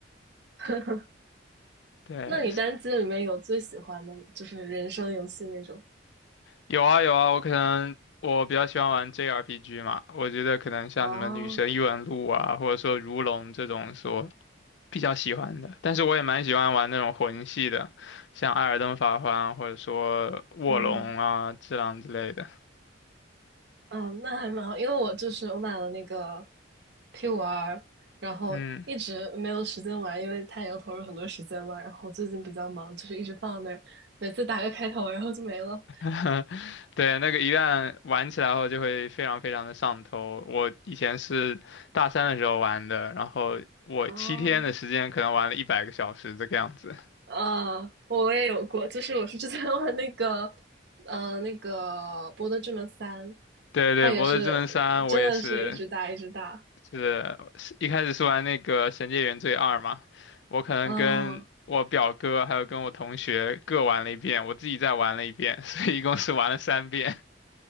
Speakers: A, on the right (about 60°); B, on the left (about 65°).
A: <laughs>
B: <laughs> 对，
A: 那你单机里面有最喜欢的吗？就是人生游戏那种？
B: 有啊有啊，我可能我比较喜欢玩 JRPG 嘛，我觉得可能像什么《女神异闻录》啊，
A: 啊，
B: 或者说《如龙》这种说比较喜欢的，但是我也蛮喜欢玩那种魂系的，像《艾尔登法环》啊或者说《卧龙》啊、
A: 嗯
B: 《只狼》之类的。
A: 嗯，那还蛮好，因为我就是我买了那个 p 五 r 然后一直没有时间玩，
B: 嗯，
A: 因为它也要投入很多时间嘛。然后最近比较忙，就是一直放在那儿，每次打个开头，然后就没了。
B: <laughs> 对，那个一旦玩起来后就会非常非常的上头。我以前是大三的时候玩的，然后我七天的时间可能玩了一百个小时这个样子。
A: 哦，呃，我也有过，就是我是之前玩那个，呃，那个《博德之门三》，
B: 对对，
A: 它也是呃真的是一直打一直打，
B: 《博德之门三》我也是是一开始是玩那个《神界原罪二》嘛，我可能跟我表哥还有跟我同学各玩了一遍，
A: 嗯
B: 我自己再玩了一遍，<laughs> 所以一共是玩了三遍。